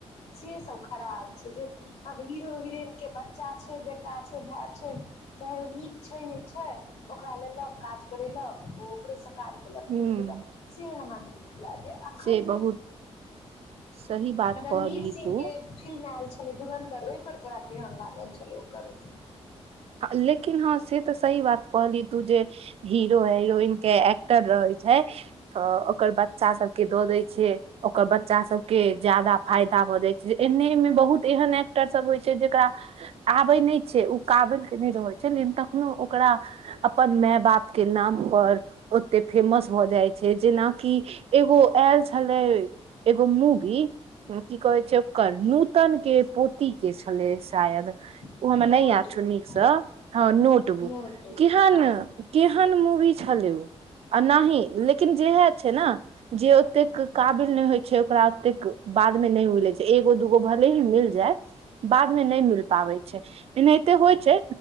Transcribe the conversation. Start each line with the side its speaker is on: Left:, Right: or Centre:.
Left: से सब खराा छै जे हीरो हिरोइन के बच्चा छै बेटा छै भाय छै चाहे ओ नीक छै नहि छै ओकरा लेलक काज करेलक ओ ओकरे स काट देलक फिर
Right: हूँ
Left: देलक से हमरा नहि नीक लागै एखन
Right: से बहुत
Left: जे
Right: सही बात
Left: रणवीर
Right: कहली
Left: सिंह
Right: तू
Left: के फिल्म आयल छल धुरनधर ओहि पर तोरा केहन लागल छलौ ओकर
Right: हाँ, लेकिन हँ से तऽ सही बात कहली तू जे हीरो हेरोइन के एक्टर रहै छै तऽ ओकर बच्चा सबके दऽ दै छै ओकर बच्चा सबके जाादा फायदा एने बहुत एहन एक्टर सब होइ छै जेकरा आबै नहि छै ओ काबिल रहै छै लेकिन तखनो ओकरा अपन माय बाप के नाम पर ओते फेमस भऽ जाइ छै जेनाकि एगो आयल छलै एगो मूवि की कहै छै ओकर नूतन के पोती के छलै शायद
Left: फिल्म
Right: ओ हममे नहि
Left: नोटबुक
Right: याद सुननी हँ नोटबुक
Left: नोटबुक
Right: केहन
Left: हँ
Right: केहन मूवी छलै ओ आ नही लेकिन जेएह छै ने जे ओतेक काबिल नहि होइ छै ओकरा ओतेक बाद मे नहि मिलै छै एगो दूगो भले ही मिल जाय बाद मे नहि मिल पाबै छै एनाहिते होइ छै